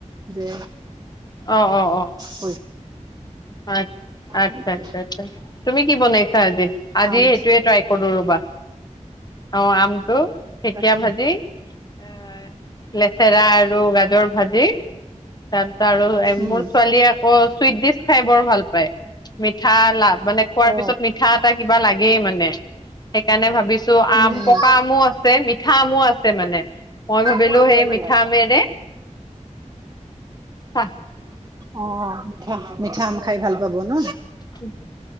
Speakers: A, on the right; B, on the left.
A: যে
B: অহ ',- অহ ',- অহ ',
A: হৈ
B: আ - আচ্ছা-
A: সেইটোৱে
B: আচ্ছা - আচ্ছা তুমি কি, বনাইছা আজি? আজি
A: আম
B: সেইটোয়ে ট্ৰাই কৰো ৰবা? অহ ', আম। টো, ঢেকীয়া
A: তাকে
B: ভাজি। অহ ', লেচেৰা আৰু গাজৰ ভাযি তাৰপিছত আৰু
A: উম
B: মোৰ ছোৱালীয়ে আকৌ চুইট দিছ খাই বৰ ভাল পায়, মিঠা লাভ মানে খোৱাৰ
A: অ
B: পিছত মিঠা এটা। কিবা লাগেই মানে। সেইকাৰণে ভাবিছো, আম
A: উম উম
B: পকা আমো আছে, মিঠা আমো আছে, মানে মই ভাবিলো
A: মোৰ আছে
B: সেই
A: মানে
B: মিঠা আমেৰে, চাত
A: অহ ', মিঠা- মিঠা আম খাই, ভাল পাব ন।
B: উম',